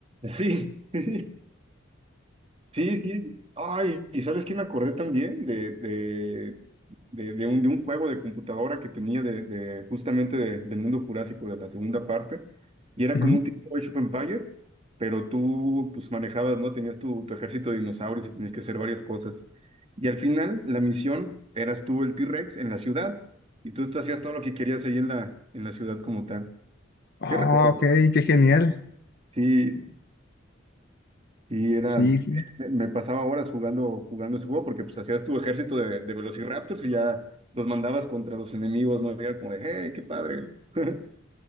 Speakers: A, on the right; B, on the left.
A: Sí. <laughs> Sí, sí. Ay, ¿y sabes qué me acordé también de, de, de, de un, de un juego de computadora que tenía de, de justamente de- del mundo jurásico de la segunda parte? Y era
B: Ujú.
A: como un tipo Age of Empires, pero tú pues manejabas, ¿no? Tenías tu, tu ejército de dinosaurios y tenías que hacer varias cosas. Y al final, la misión eras tú el T-Rex en la ciudad. Y tú, tú hacías todo lo que querías ahí en la, en la ciudad como tal.
B: Oh,
A: ¿Qué recuerdo?
B: ok, qué genial.
A: Sí, Y era,
B: Sí,
A: eh,
B: sí.
A: me me pasaba horas jugando, jugando ese juego porque pues hacías tu ejército de, de Velociraptors y ya los mandabas contra los enemigos, ¿no? Y Era como de, hey, qué padre. <laughs>